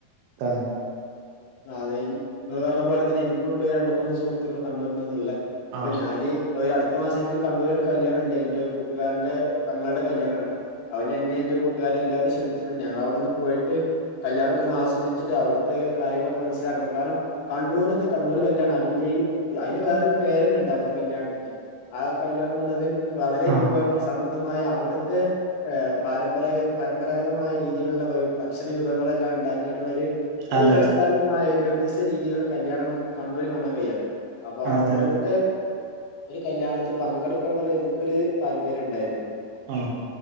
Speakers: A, on the right; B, on the left.
A: താണ്
B: ആ അതെ ഇങ്ങള് പറഞ്ഞ പോലെ തന്നെ എനിക്കുണ്ട് രണ്ട് മൂന്ന് സുഹൃത്തുക്കൾ കണ്ണൂരുന്ന്ന്നുള്ളേ അപ്പൊ
A: ആഹ്
B: ഞാന് ഒരു അടുത്ത മാസം ഇന്ക്ക് കണ്ണൂരൊരു കല്യാണം ഉണ്ട് എന്റെ കൂട്ടുകാരന്റെ പെങ്ങള്ടെ കല്യാണാണ് അവനെന്നെ എന്റെ കു- ട്ടാരെ എല്ലാവരേം ക്ഷണിച്ചിട്ടു ഞങ്ങളവിടൊന്നു പോയിട്ട് കല്യാണൊക്ക ഒന്ന് ആസ്വദിച്ചിട്ട് അവിടുത്തെ കാര്യങ്ങളൊക്കെ മനസ്സിലാക്കണം കാരണം കണ്ണൂര്ന്ന് കണ്ണൂർ കല്യാണം അല്ലെങ്കില് ഇ അയിന് വേറൊരു പേര്ന്നെണ്ട് അവിടുത്തെ കല്യാണത്തിന് ആ കല്യാണന്നുള്ളത് വളരെ
A: ആഹ്
B: വിഭവങ്ങൾ സമൃദ്ധമായ അവിടുത്തെ ആ പരമ്പരാഗ പരമ്പരാഗതമായ രീതിയിലുള്ള ഭക്ഷണ വിഭവങ്ങളെല്ലാം ഉണ്ടാക്കിയിട്ടുള്ള ഒരു ഒരു
A: അതെ
B: വ്യവസ്ഥാപിതമായ ഒരു വ്യത്യസ്ത രീതിയിലുള്ള കല്യാണം നമുക്ക് കണ്ണൂര് കാണാൻ കയിയാ അപ്പൊ അതുപോലത്തെ
A: അതെ
B: ഒരു കല്യാണത്തിൽ പങ്കെടുക്കണന്നുള്ള എൻക്കൊരു താല്പര്യ ഉണ്ടാരുന്നു
A: ആ